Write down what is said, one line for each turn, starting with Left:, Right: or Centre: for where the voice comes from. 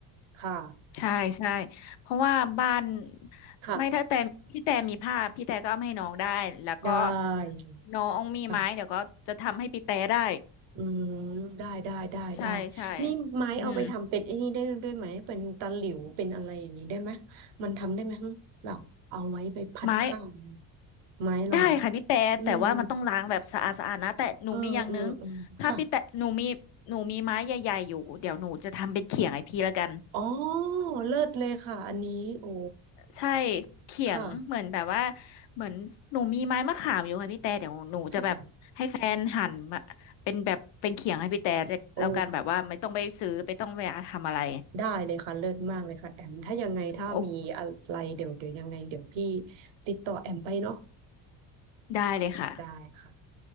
Right: ค่ะ
Left: ใช่ใช่เพราะว่าบ้าน
Right: ค่ะ
Left: ไม่ถ้าแต่พี่แต่มีผ้าพี่แต่ก็เอามาให้น้องได้แล้วก็
Right: ได้เลย
Left: น้องมีไม้เดี๋ยวก็จะทำให้พี่แต่ได้
Right: ค่ะ อืมได้ได้ได้ได้
Left: ใช่ใช่
Right: นี่ไม้เอาไปทำเป็นไอ้นี่ได้ด้วยไหมเป็นตะหลิวเป็นอะไรอย่างนี้ได้ไหม
Left: อืม
Right: มันทำได้ไหมฮะแบบเอาไว้ไปพัดข้าวเนี่ย
Left: ไม้
Right: ไม้เราอะ
Left: ได้ค่ะพี่แต่แต่ว่ามันต้องล้างแบบสะอาดสะอาดนะแต่หนูมีอย่างนึง
Right: อืมเออเออเออค่ะ
Left: ถ้าพี่แต่หนูมีหนูมีไม้ใหญ่ๆอยู่เดี๋ยวหนูจะทำเป็นเขียงให้พี่ละกัน
Right: อ๋อเลิศเลยค่ะอันนี้โอ้
Left: ใช่เขียงเหมือนแบบว่า
Right: ค่ะ
Left: เหมือนหนูมีไม้มะขามอยู่ค่ะพี่แต่เดี๋ยวหนูจะแบบให้แฟนหั่นมาเป็นแบบเป็นเขียงให้พี่แต่แล้วกันแบบว่าไม่ต้องไปซื้อไม่ต้องไปทำอะไร
Right: ค่ะโอ้ได้เลยค่ะเลิศมากเลยค่ะแอมถ้ายังไงถ้ามีอะไรเดี๋ยวเดี๋ยวยังไงเดี๋ยวพี่
Left: โอ้
Right: ติดต่อแอมไปเนาะ
Left: ได้เลยค่ะ
Right: ได้ค่ะ